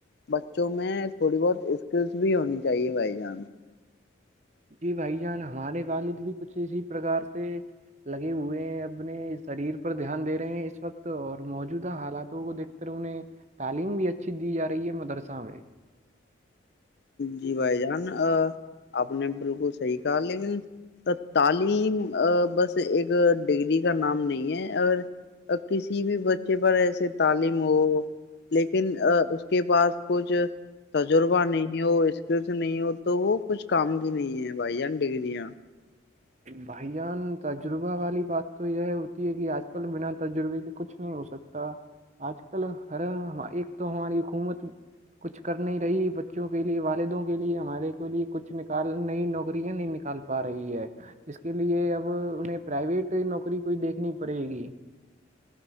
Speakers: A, on the left; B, on the right.
A: بچوں میں تھوڑی بہت اسکلس بھی ہونی چاہیے بھائی جان
B: جی بھائی جان ہمارے والد بھی کچھ اسی پرکار سے لگے ہوئے ہیں اپنے شریر پر دھیان دے رہے ہیں اس وقت اور موجودہ حالاتوں کو دیکھ کر انہیں تعلیم بھی اچھی دی جا رہی ہے مدرسہ میں
A: جی بھائی جان آپ نے بالکل صحیح کہا لیکن تعلیم بس ایک ڈگری کا نام نہیں ہے اگر کسی بھی بچے پر ایسے تعلیم ہو لیکن اس کے پاس کچھ تجربہ نہیں نہیں ہو اسکل سے نہیں ہو تو وہ کچھ کام کی نہیں ہے بھائی جان ڈگگریاں
B: بھائی جان تجربہ والی بات تو یہ ہوتی ہے کہ آج کل بنا تجربے کے کچھ نہیں ہو سکتا آج کل ہر ایک تو ہماری حکومت کچھ کر نہیں رہی بچوں کے لیے والدوں کے لیے ہمارے کے لیے کچھ نکال نئی نوکریاں نہیں نکال پا رہی ہے اس کے لیے اب انہیں پرائیویٹ نوکری کوئی دیکھنی پڑے گی